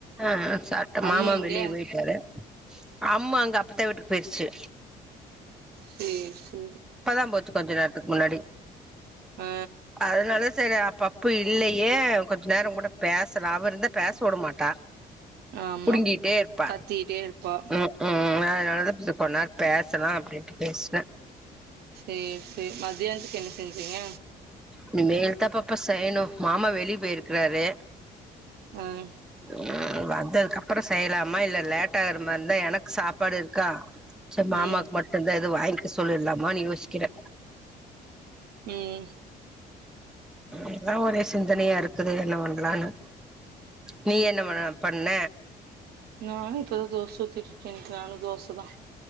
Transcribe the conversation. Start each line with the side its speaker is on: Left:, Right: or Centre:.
Centre: அ அ சாப்ட்டோ
Right: அம்மிங்க
Centre: மாமாவு வெளிய போய்ட்டாரு அம்மா அங்க அப்பத்தா வீட்டுக்கு போயிருச்சு
Right: சேரி சேரி
Centre: அப்பதா போச்சு கொஞ்ச நேரத்துக்கு முன்னாடி
Right: ஆ
Centre: அதனால சேரி அ பப்பு இல்லயே கொஞ்ச நேர உங் கூட பேசலா அவ இருந்தா பேச விடமாட்டா
Right: ஆமாம்
Centre: புடுங்கிட்டே இருப்பா
Right: கத்திக்கிட்டே இருப்பா
Centre: ம் ம் ம் அதனாலதா கொஞ்ச நேரோ பேசலா அப்டின்ட்டு பேசுன
Right: சேர் சேர் மதியானத்துக்கு என்ன செஞ்சீங்க
Centre: இனி மேல்தா பாப்பா செய்யணு மாமா வெளிய போயிருக்கறாரு
Right: ம்
Centre: ம் வந்ததுக்கப்ற செய்யலாமா இல்ல லேட் ஆகற மாறி இருந்தா எனக்கு சாப்பாடு இருக்கா சேர் மாமாக்கு
Right: ம்
Centre: மட்டு தா எது வாங்கிக்க சொல்லிடலாமான்னு யோசிக்கிறே
Right: ம்
Centre: அதா ஒரே சிந்தனையா இருக்குது என்ன பண்லானு நீ என்ன <unintelligible> பண்ண
Right: நானு இப்பதா தோச ஊத்திட்டு இருக்க இன்னிக்கி நானு தோச தா